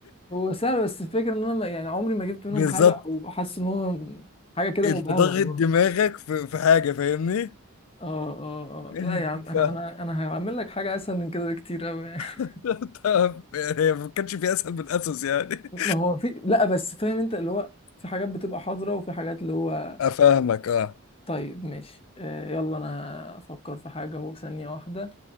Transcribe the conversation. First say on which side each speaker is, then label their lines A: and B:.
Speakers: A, on the left (about 25°); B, on the left (about 75°).
A: هو سهل بس الفكرة ان انا ما- يعني عمري ما جبت منهم
B: <laughs> بالظبط
A: حاجة او حاسس ان هو حاجة كده
B: انت
A: مبهمة
B: ضاغط
A: اللي هو
B: دماغك في في حاجة فاهمني
A: اه اه
B: <laughs>
A: اه لا يا عم انا انا انا هعمل لك حاجة اسهل من كده بكتير قوي <laughs>
B: <laughs> طب يعني هي ما كانش في اسهل من اسس يعني
A: ما هو في لا بس فاهم انت اللي هو في حاجات بتبقى حاضرة وفي حاجات اللي هو
B: <laughs> افهمك اه
A: طيب ماشي آه يلا انا افكر في حاجة اهو ثانية واحدة